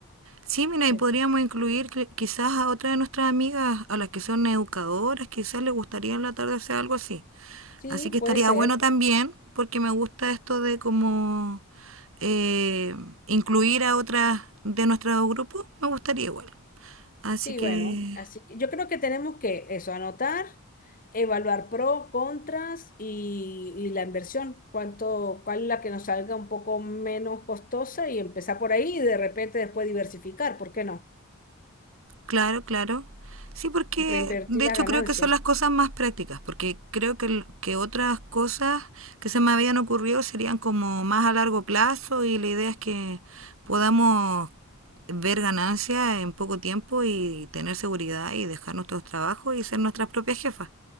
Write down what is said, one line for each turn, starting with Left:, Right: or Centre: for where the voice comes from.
Right: Sí, mira,
Left: Eh,
Right: y podríamos incluir cl- quizás a otra de nuestras amigas, a las que son educadoras, quizás les gustaría en la tarde hacer algo así.
Left: sí,
Right: Así que
Left: puede
Right: estaría
Left: ser.
Right: bueno también, porque me gusta esto de como eh, incluir a otras de nuestro grupo, me gustaría igual. Así
Left: Sí,
Right: que
Left: bueno, así que yo creo que tenemos que eso, anotar, evaluar pro, contras y, y la inversión, cuánto, cuál es la que nos salga un poco menos costosa y empezar por ahí y de repente después diversificar, ¿por qué no?
Right: Claro, claro. Sí, porque
Left: Reinvertir
Right: de
Left: las
Right: hecho
Left: ganancias.
Right: creo que son las cosas más prácticas, porque creo que, l- que otras cosas que se me habían ocurrido serían como más a largo plazo y la idea es que podamos ver ganancias en poco tiempo y tener seguridad y dejar nuestros trabajos y ser nuestras propias jefas.